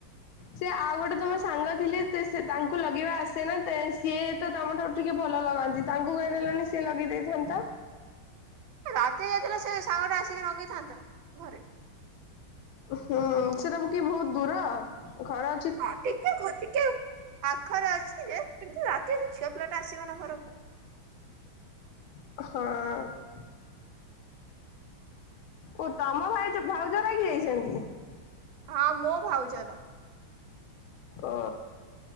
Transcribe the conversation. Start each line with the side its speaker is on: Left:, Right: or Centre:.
Left: ସେ ଆଉ ଗୋଟେ ତମ ସାଙ୍ଗ ଥିଲେ ତେ ସେ ତାଙ୍କୁ ଲଗେଇବା ଆସେ ନା ତେ ସିଏ ତ ତମ ଠାରୁ ଟିକେ ଭଲ ଲଗାନ୍ତି ତାଙ୍କୁ କହିଦେଲେନି ସିଏ ଲଗେଇ ଦେଇଥାନ୍ତା।
Right: ରାତି ଯାଇଥିଲା ସେ ସାଙ୍ଗରେ ଆସିକି ଲଗେଇଥାନ୍ତା ଘରେ।
Left: ହୁଁ ସେଟା ବୁ କି ବହୁତ୍ ଦୂର ଖରାରେ
Right: ହଁ ଟିକେ ଖଟିକି ପାଖରେ ଅଛି ଯେ କିନ୍ତୁ ରାତି ସେ ଝିଅ ପିଲାଟା ଆସିବ ନା ଘରକୁ।
Left: ହଁ। ଓ ତମ ଭାଇଜ ଭାଉଜ ଲାଗି ଯାଇଛନ୍ତି।
Right: ହଁ ମୋ ଭାଉଜର।
Left: ଓ